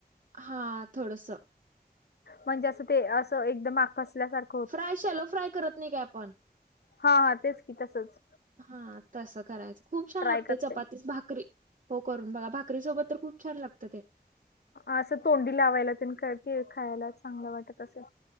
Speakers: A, on the right (about 50°); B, on the left (about 70°).
A: हा थोडसं
B: म्हणजे असं ते असं एकदम माकसल्यासारखं
A: फ्राय शॅलो फ्राय करत नाही काय आपण
B: हा हा तेच की तसंच
A: हा तसं करायचं खूप छान
B: ट्राय
A: लागते
B: करते
A: चपातीस भाकरी हो करून बघा भाकरी सोबत तर खूप छान लागतं ते
B: असं तोंडी लावायला त्यां खायला चांगलं वाटत असं